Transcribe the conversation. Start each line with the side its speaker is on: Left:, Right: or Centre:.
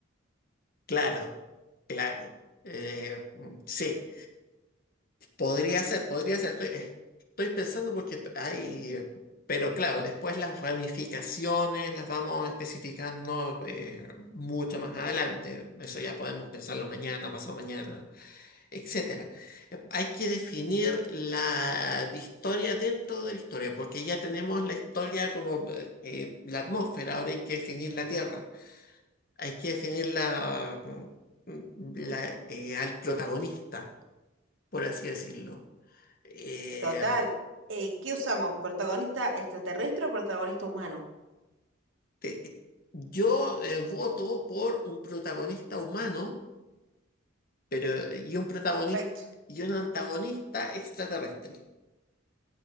Left: claro, claro. Eh, mm, sí. Podría ser, podría ser. Estoy, eh, estoy pensando porque t- hay... eh, Pero claro, después las ramificaciones las vamos especificando eh, mucho más adelante. Eso ya podemos pensarlo mañana, pasado mañana, etcétera. Eh, Hay que definir la historia dentro de la historia, porque ya tenemos la historia como eh, eh, la atmósfera, ahora hay que definir la tierra. Hay que definir la, la, eh, al protagonista, por así decirlo eh,
Right: Total, eh, ¿qué usamos? ¿Protagonista extraterrestre o protagonista humano?
Left: te- yo eh, voto por un protagonista humano, pero y un protagonista
Right: Perfecto,
Left: y un antagonista extraterrestre,